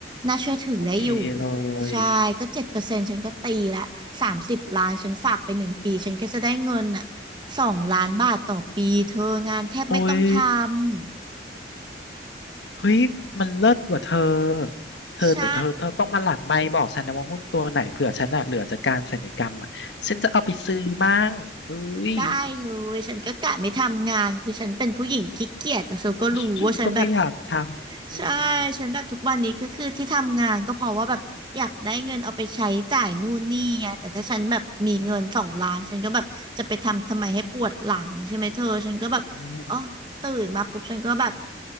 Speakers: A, on the right; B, on the left.
A: น่าเชื่อถือได้อยู่
B: โอเคเลย
A: ใช่ก็เจ็ดเปอร์เซ็นต์ฉันก็ตีละสามสิบล้านฉันฝากไปหนึ่งปีฉันก็จะได้เงินอ่ะสองล้านบาทต่อปีเธองานแทบไม่ต้องท
B: โอ้ย
A: ำ
B: เฮ้ย มันเลิศกว่าเธอเธอแต่เธอเธอต้องมาหลั่นไมค์บอกฉันนะว่าหุ้นตัวไหนเผื่อฉันอะเหลือจากการศัลยกรรมอะฉันจะเอาไปซื้อมั่งเอ้ย
A: ใช่ได้เลยฉันก็กะไม่ทำงานคือฉันเป็นผู้หญิงขี้เกียจแต่เธอก็รู้ว่าฉันแบบ
B: เพราะฉันก็ไม่อยากทำอืม
A: ใช่ฉันแบบทุกวันนี้ก็คือที่ทำงานก็เพราะว่าแบบอยากได้เงินเอาไปใช้จ่ายนู่นนี่ไงแต่ถ้าฉันแบบมีเงินสองล้านฉันก็แบบจะไปทำทำไมให้ปวดหลังใช่ไหมเธอฉันก็แบบอ๋อตื่นมาปุ๊บฉันก็แบบ
B: อืม